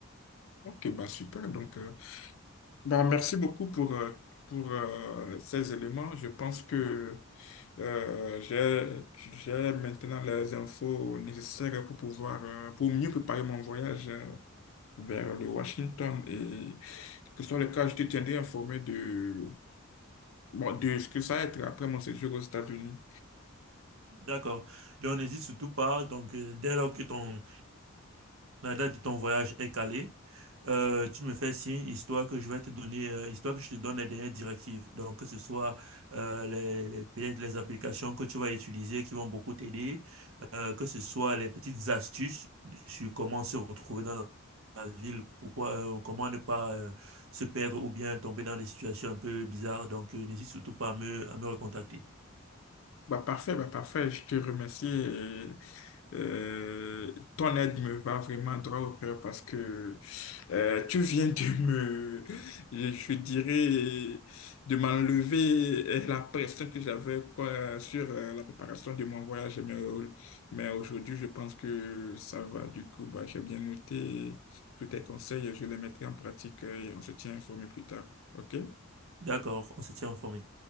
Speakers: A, on the left; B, on the right.
A: Ok, bah super, donc euh, Bon, merci beaucoup pour, euh, pour euh, ces éléments. Je pense que euh, j'ai, j'ai maintenant les infos nécessaires pour pouvoir, euh, pour mieux préparer mon voyage euh, vers le Washington. Et que ce soit le cas, je te tiendrai informé de, bon, de ce que ça va être après mon séjour aux États-Unis.
B: D'accord. Donc n'hésite surtout pas. Donc euh, dès lors que ton, La date de ton voyage est calée. Euh, tu me fais signe, histoire que je vais te donner, euh, histoire que je te donne les dernières directives. Donc, que ce soit euh, les, les, peut-être les applications que tu vas utiliser qui vont beaucoup t'aider, euh, que ce soit les petites astuces sur comment se retrouver dans la la ville, pourquoi, euh, comment ne pas euh, se perdre ou bien tomber dans des situations un peu bizarres. Donc, euh, n'hésite surtout pas à me, à me recontacter.
A: Bah parfait, bah parfait, je te remercie. et, euh, ton aide me va vraiment droit au cœur parce que euh, tu viens de <laughs> me, je dirais, de m'enlever euh, la pression que j'avais quoi, sur euh, la préparation de mon voyage. Mais, au- mais aujourd'hui, je pense que ça va. Du coup, bah, j'ai bien noté tous tes conseils, je les mettrai en pratique euh, et on se tient informé plus tard. OK?
B: D'accord, on se tient informé.